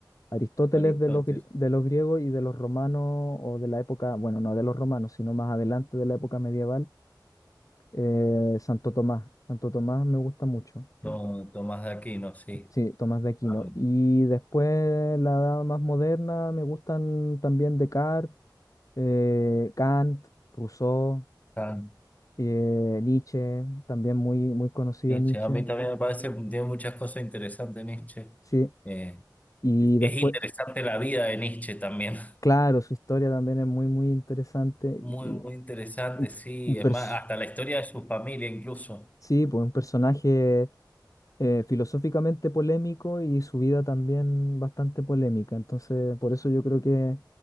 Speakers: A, on the left; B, on the left.
A: Aristóteles
B: Aristóteles,
A: de los, gri- de los griegos y de los romanos o de la época, bueno, no de los romanos, sino más adelante de la época medieval, eh, Santo Tomás. Santo Tomás me gusta mucho.
B: To- Tomás de Aquino, sí.
A: Sí, Tomás de Aquino.
B: Ah,
A: Y después la edad más moderna me gustan también Descartes, eh, Kant, Rousseau.
B: Kant,
A: eh, Nietzsche, también muy, muy conocido
B: Nietzsche,
A: Nietzsche,
B: a mí también me parece que tiene muchas cosas interesantes Nietzsche.
A: ¿sí?
B: Eh,
A: Y
B: es
A: después,
B: interesante la vida de Nietzsche también. <laughs>
A: claro, su historia también es muy, muy interesante.
B: Muy,
A: Y
B: muy interesante,
A: un,
B: sí.
A: un
B: Es
A: pers-
B: más, hasta la historia de su familia incluso.
A: sí, pues un personaje eh, filosóficamente polémico y su vida también bastante polémica. Entonces, por eso yo creo que